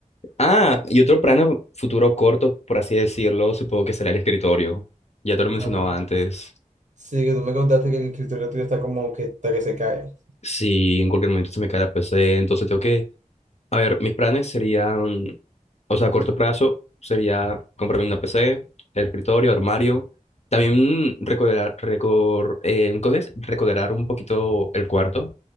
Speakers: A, on the left; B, on the right.
A: Ah, y otro plano futuro corto, por así decirlo, supongo que será el escritorio, ya te lo mencionaba
B: Ajá.
A: antes.
B: Sí, que tú me contaste que el escritorio tuyo está como que está que se cae.
A: si en cualquier momento se me cae la PC, entonces tengo que, a ver, mis planes serían, o sea, a corto plazo sería comprarme una PC, el escritorio, armario, también recorderar, recor, eh, ¿cómo es? Recorderar un poquito el cuarto,